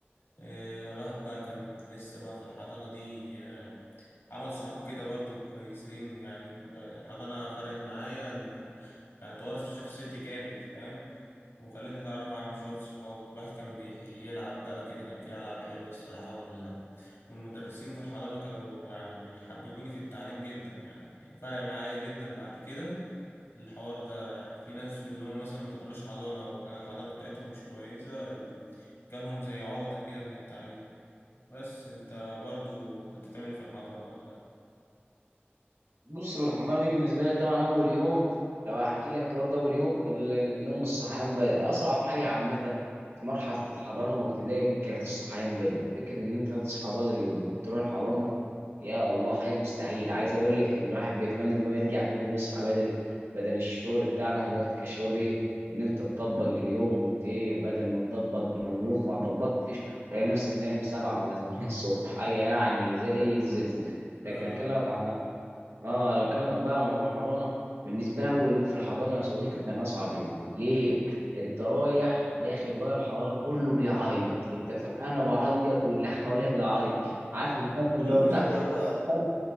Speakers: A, on the left (about 75°); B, on the right (about 80°).
A: آه، الواحد بقى كان لسه بقى في الحضانة دي آه، عمل صحاب كده برضو كويسين يعني آه، الحضانة فرقت معايا ال- يعني طورت في شخصيتي جامد فاهم وخلتني أتعرف على شوية صحاب الواحد كان بيلعب بقى كده كان في ألعاب حلوة الصراحة وال... والمدرسين في الحضانة كانوا يعني حببوني في التعليم جدا يعني فرق معايا جدا بعد كده الحوار ده يعني في ناس من اللي هم مثلا ما دخلوش حضانة أو كان الحضانة بتاعتهم مش كويسة ال- جالهم زي عقدة كده من التعليم بس انت برضو كنت بتعمل ايه في الحضانة ولا
B: بص بالحضانه دي بالنسبه لي طبعا اول يوم لو هحكي لك برضه اول يوم ال- النوم الصحيان بدري اصعب حاجه عامه في مرحله الحضانه وابتدائي دي كانت الصحيان بدري فكره ان انت تصحى بدري وتقوم تروح الحضانه يا الله حاجه مستحيل عايز اقول لك ان الواحد بيتمنى ان هو يرجع تاني ويصحى بدري بدل الشغل بتاعنا احنا دلوقتي كشباب ايه ان انت تطبق اليوم وت إيه، بدل ما تطبق لو يوم ما طبقتش تلاقي نفسك نايم سبعة ولا 8 الصبح حاجه يعني زي الزفت لكن
A: آه.
B: اكلمك على اه لو كلامك بقى على موضوع حضانه بالنسبه لي اول يوم في الحضانه يا صديقي كان اصعب يوم ليه انت رايح داخل بقى الحضانه كله بيعيط انت ف... انا بعيط واللي حواليا بيعيط عارف المثل
A: كلكم
B: اللي هو بتاع
A: شباب بقى بقى
B: أنا-